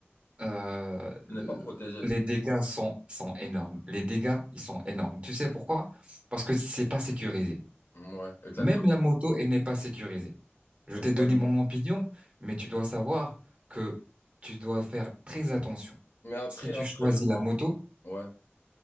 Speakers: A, on the right; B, on the left.
A: euh,
B: Tu n'es pas protégé.
A: les dégâts sont, sont énormes. Les dégâts, ils sont énormes. Tu sais pourquoi? Parce que c'est pas sécurisé.
B: Ouais, exactement.
A: Même la moto, elle n'est pas sécurisée. Je t'ai
B: Ouais,
A: donné
B: mais,
A: mon opinion, mais tu dois savoir que tu dois faire très attention.
B: mais après,
A: Si tu
B: après,
A: choisis
B: je
A: la
B: pense.
A: moto,
B: Ouais,